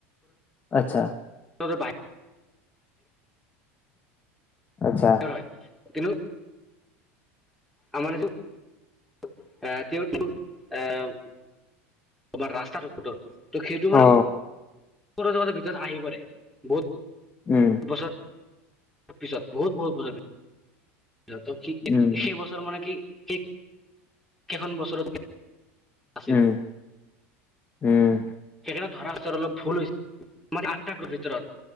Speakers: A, on the left; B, in the centre.
A: আতচ্ছা
B: ত ভাই
A: আতচ্ছা
B: হয় কিন্ত আমাৰ আহ যিহেতু আহ <inaudible> তোমাৰ ৰাস্তাৰ <unintelligible> ত' সেইটো
A: অ
B: মানে সৌৰজগতৰ ভিতৰত আহি পৰে বহুত
A: উম
B: বছৰ পিছত বহুত বহুত বছৰ হ স
A: উম
B: সেই বছৰ মানে কি সেই সেইখন বছৰত আছিল
A: উম উম
B: সেইকাৰণে ধৰা স্থৰ অলপ ভুল হৈছে মানে আঠটা গ্ৰহ ভিতৰত